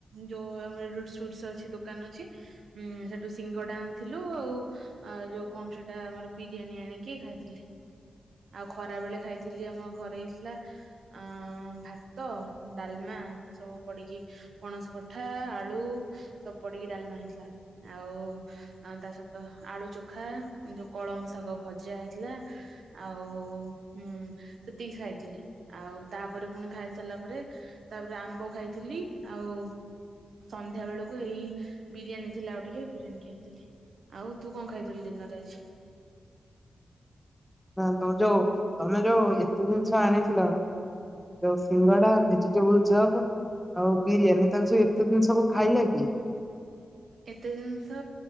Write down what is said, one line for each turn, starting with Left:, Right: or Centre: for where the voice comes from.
Right: ଯୋଉ ଆମ ରୁଟ ସୁଟସ ଅଛି ଦୋକାନ ଅଛି ଉଁ ସେଠୁ ସିଙ୍ଗଡା ଆଣିଥିଲୁ ଆଉ ଯୋଉ କଣ ସେଟା ଆମର ବି ବିରିୟାନୀ ଆଣିକି ଖାଇଥିଲି। ଆଉ ଖରା ବେଳେ ଖାଇଥିଲି ଆମ ଘରେ ହେଇଥିଲା ଅଁ ଭାତ, ଡାଲମା ସବୁ ପଡିକି ପଣସ କଠା, ଆଳୁ ସବୁ ପଡିକି ଡାଲମା ହେଇଥିଲା ଆଉ ଅ ତା ସହିତ ଆଳୁ ଚୋଖା ଯୋଉ କଳମ ଶାଗଭଜା ହେଇଥିଲା ଆଉ ହୁଁ ସେତିକି ଖାଇଥିଲି ଆଉ ତାପରେ ପୁଣି ଖାଇସାରିଲା ପରେ ତାପରେ ଆମ୍ବ ଖାଇଥିଲି ଆଉ ସନ୍ଧ୍ୟାବେଳକୁ ଏଇ ବିରିୟାନୀ ଥିଲା ଆଉ ଟିକେ ବିରିୟାନୀ ଖାଇଥିଲି। ଆଉ ତୁ କଣ ଖାଇଥିଲୁ ଦିନରେ ଆଜି?
Centre: ନା ତମ ଯୋଉ ତମେ ଯୋଉ ଏତେ ଜିନିଷ ଆଣିଥିଲ ଯୋଉ ସିଙ୍ଗଡା ଭେଜିଟେବୁଲ ଚପ୍ ଆଉ ବିରିୟାନୀ ତାଙ୍କ ସବୁ ଏତେ ଜିନିଷ ସବୁ ଖାଇଲା କିଏ?
Right: ଏତେ ଜିନିଷ